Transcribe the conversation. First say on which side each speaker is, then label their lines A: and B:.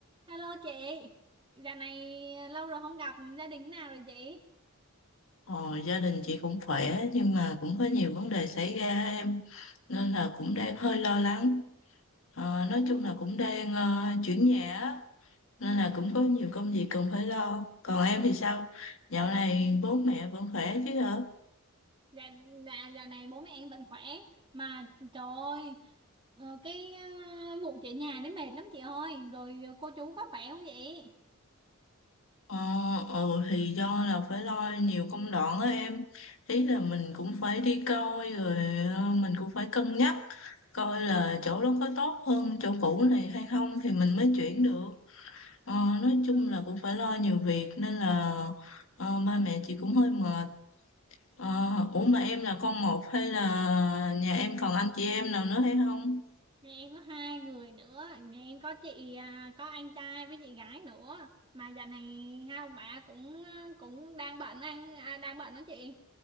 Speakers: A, on the right (about 25°); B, on the left (about 65°).
A: Hello chị, dạo này lâu rồi không gặp gia đình nào rồi chị?
B: Ờ, gia đình chị cũng khỏe nhưng mà cũng có nhiều vấn đề xảy ra em nên là cũng đang hơi lo lắng Ờ,
A: Ủa,
B: nói chung là cũng đang ờ, chuyển nhà á, nên là cũng có nhiều công việc cần phải lo còn em thì sao dạo này bố mẹ vẫn khỏe chứ hả
A: dạ, dạ, dạo này bố mẹ em vẫn khỏe Mà trời ơi, ờ, cái ờ, vụ chị nhà đấy mệt lắm chị ơi Rồi cô chú có khỏe không vậy?
B: ờ, ờ thì do là phải lo nhiều công đoạn á em ý là mình cũng phải đi coi rồi ờ, mình cũng phải cân nhắc coi là chỗ đó có tốt hơn chỗ cũ này hay không thì mình mới chuyển được Ờ, nói chung
A: Ừ.
B: là cũng phải lo nhiều việc nên là ờ, ba mẹ chị cũng hơi mệt. Ờ, ủa
A: Dạ,
B: mà em là con một hay là nhà em còn anh chị em nào nữa hay không?
A: Nhà em có hai người nữa, nhà em có chị, à, có anh trai với chị gái nữa Mà dạo này hai ông bà cũng ờ, cũng đang bệnh anh à, đang bệnh đó chị